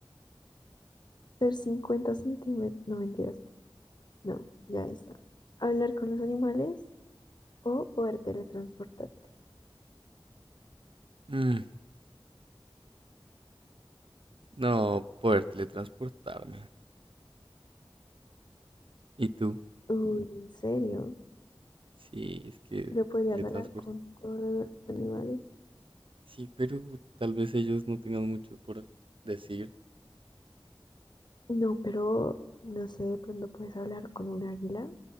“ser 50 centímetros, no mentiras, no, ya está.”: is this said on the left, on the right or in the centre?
Left